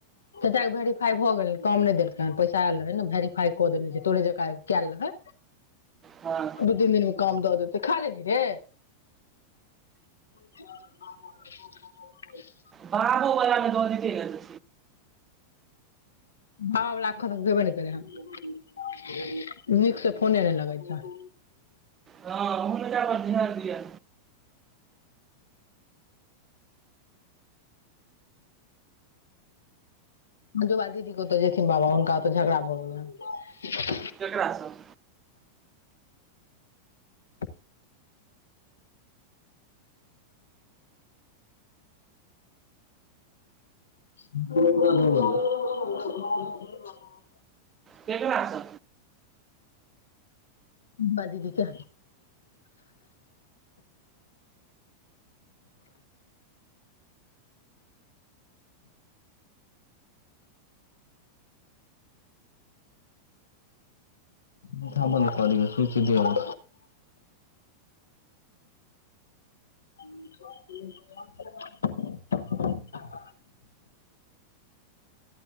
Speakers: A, on the left; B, on the right.
A: ताक भे खा भऽ गेलनि कम नहि देल तन पैसा आयल रहे ने वेरीफाई कऽ देने छै तोरे जका कयल रहे
B: हँ
A: दू तीन दिन मु काम द दत तऽ खा लेथि रे <unintelligible>
B: बाबू बलामे दऽ द
A: भावावलाखन तक देयबे नहि कलै हन नीकसँ फोने नहि लगै छह
B: हँ ओहलकापर ध्यान दिअ
A: ह जा दीदी कतऽ जेथिन बाबा हुनका ओतऽ झगड़ा भऽ गेलनि
B: केकराास सब
A: ब <unintelligible>
B: केकरास
A: ब दीदी क मठ बन्द कर सूची देब <unintelligible>